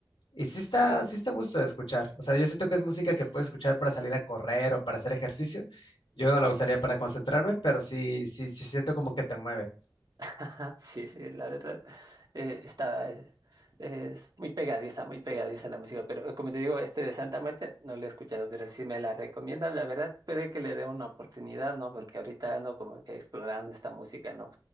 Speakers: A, on the left; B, on the right.
A: Y sí está, sí está a gusto de escuchar. O sea, yo siento que es música que puedes escuchar para salir a correr o para hacer ejercicio. Yo no la usaría para concentrarme, pero sí, sí, sí siento como que te mueve.
B: <laughs> Sí, sí, la verdad, eh, está, eh, es muy pegadiza, muy pegadiza la música, pero eh, como te digo, este de Santa Muerte no lo he escuchado, pero si me la recomiendas, la verdad, puede que le dé una oportunidad, ¿no? Porque ahorita ando como que explorando esta música, ¿no?